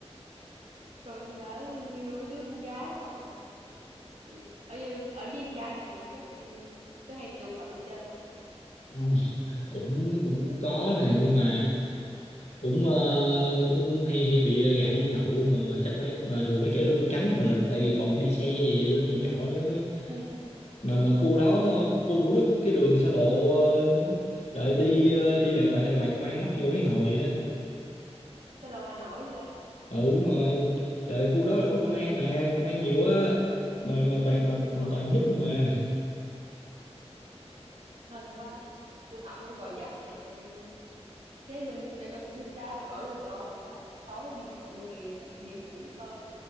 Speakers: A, on the right; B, on the left.
A: rồi mình ở nhiều với đứa con gái không à thì ở với- ở với con trai nhiều chắc cứ hay tụ tập đi chơi không
B: Ừ. cũng cũng cũng có nè nhưng mà cũng ờ, cũng cũng hay hay bị gạ đi nhậu mà, mà chắc phải mà thường mấy kẻ đó đi cánh không mà tại vì còn đi xe về về bên nhà trọ nữa
A: ừ
B: mà mà khu đó
A: trời
B: cái khu Thủ Đức cái đường xa lộ ờ, nữa trời ơi, đi ờ, đi lạng quạng lạng quạng công an ngoắt vô mấy hồi á
A: sao lâu Hà Nội hả
B: ừ đúng rồi trời ơi, khu đó là có công
A: ừ
B: an mà công an nhiều á
A: đúng
B: mà
A: rồi
B: mà toàn mà
A: đúng
B: mà
A: rồi
B: toàn núp không à
A: hên quá tôi học ở Gò Vấp nè nên, nên cái bên ở trong ký túc xá khỏi cần lo chuyện đó tối đi nhậu thì đó về ngủ thôi